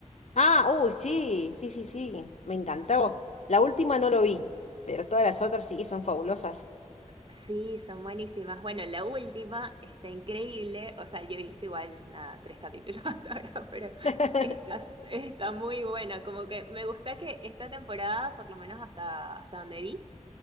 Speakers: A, on the left; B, on the right.
A: Ah, uy, sí, sí, sí, sí, me encantó. La última no lo vi, pero todas las otras sí son fabulosas.
B: Sí, son buenísimas. Bueno, la última está increíble. O sea, yo he visto igual, nada, tres capítulos <laughs> hasta ahora, pero
A: <laughs>
B: está, está muy buena. Como que me gusta que esta temporada, por lo menos hasta, hasta donde vi,